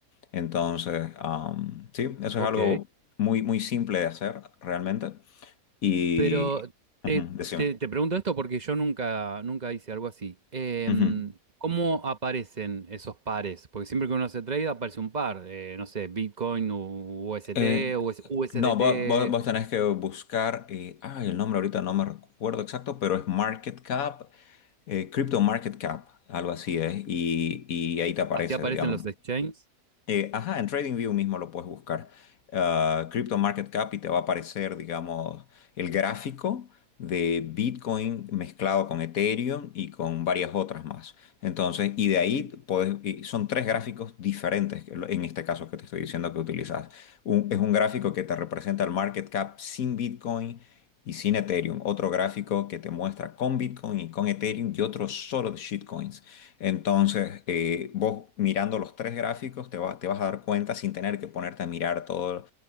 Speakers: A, on the left; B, on the right.
A: Entonces, am, sí, eso
B: Ok.
A: es algo muy, muy simple de hacer realmente. Y,
B: Pero
A: ujú,
B: te,
A: decime.
B: te- te pregunto esto porque yo nunca, nunca hice algo así. Em,
A: Ujú.
B: ¿cómo aparecen esos pares? Porque siempre que uno hace trade aparece un par. eh, no sé, Bitcoin, U- UST,
A: Eh,
B: US- USDT.
A: No, vos, vos- vos tenés que buscar, eh, ay, el nombre ahorita no me recuerdo exacto, pero es Market Cap, eh, Crypto Market Cap, algo así es, y, y ahí te aparece,
B: Así aparecen
A: digamos.
B: los exchanges.
A: Eh, ajá, en TradingView mismo lo puedes buscar. Ah, Crypto Market Cap y te va a aparecer, digamos, el gráfico de Bitcoin mezclado con Ethereum y con varias otras más. Entonces, y de ahí podés- y son tres gráficos diferentes que lo- en este caso que te estoy diciendo que utilizas. Un- es un gráfico que te representa el market cap sin Bitcoin y sin Ethereum. Otro gráfico que te muestra con Bitcoin y con Ethereum y otro solo de shitcoins. Entonces, eh, vos mirando los tres gráficos te, va- te vas a dar cuenta sin tener que ponerte a mirar todo-